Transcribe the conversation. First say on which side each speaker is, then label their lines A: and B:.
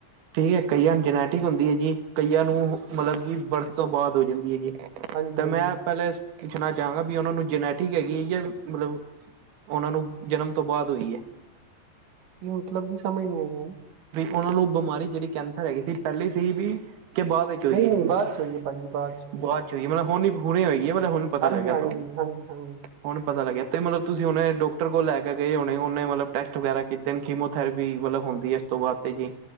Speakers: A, on the right; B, on the right.
A: ਠੀਕ ਹੈ ਕਈਆਂ ਨੂੰ ਜਨੈਟਿਕ ਹੁੰਦੀ ਹੈ ਜੀ ਕਈਆਂ ਨੂੰ ਮਤਲਬ ਕਿ ਵਰਤ ਤੋਂ ਬਾਅਦ ਹੋ ਜਾਂਦੀ ਹੈ ਜੀ
B: ਹਾਂਜੀ
A: ਤੇ
B: ਹਾਂਜੀ
A: ਮੈਂ ਪਹਿਲਲੇ ਪੁੱਛਣਾ ਚਾਹਾਂਗਾ ਵੀ ਉਹਨਾਂ ਨੂੰ ਜਨੈਟਿਕ ਹੈਗੀ ਮਤਲਬ ਉਹਨਾਂ ਨੂੰ ਜਨਮ ਤੋਂ ਬਾਅਦ ਹੋਈ ਹੈ।
B: ਕੀ ਮਤਲਬਧੀ ਸਮਝ ਨਹੀਂ ਹੈ ਗਣ
A: ਵੀ ਉਹਨਾਂ ਨੂੰ ਬਿਮਾਰੀ ਜਿਹੜੀ ਕੈਂਸਰ ਹੈਗੀ ਸੀ ਪਹਿਲੀ ਸੀ ਵੀ
B: ਮੈਨੂੰ
A: ਕਿ ਬਾਅਦ ਵਿੱਚ ਹੋਈ
B: ਨਹੀਂ ਨਹੀਂ
A: ਹੈ।
B: ਬਾਅਦ ਚੋਂ ਹੋਈ ਭਾਜੀ ਚੋਂ
A: ਬਾਅਦ ਚ ਹੋਈਏ ਮਤਲਬ ਹੁਣੀ ਹੂਰੇ ਹੋਈਏ ਮਤਲਬ ਹੁਣ ਪਤਾ
B: ਹਾਂਜੀ
A: ਲੱਗਿਆ
B: ਹਾਂਜੀ ਹਾਂਜੀ
A: ਤੁਹਾਨੂੰ
B: ਹਾਂਜੀ ਹਾਂਜੀ
A: ਹੁਣ ਪਤਾ ਲੱਗਿਆ ਤੇ ਮਤਲਬ ਤੁਸੀਂ ਹੁਣੇ ਡਾਕਟਰ ਕੋਲ ਲੈ ਕੇ ਗਏ ਹੋੁਣੇ ਉਹਨੇ ਮਤਲਬ ਟੈਸਟ ਵਗੈਰਾ ਕੀਤੇ ਨੇ ਕੀਮੋਥੈਰੇਪੀਤਲਬ ਹੁੰਦੀ ਹੈ ਇਸ ਤੋਂ ਬਾਅਦ ਤੇ ਜੀ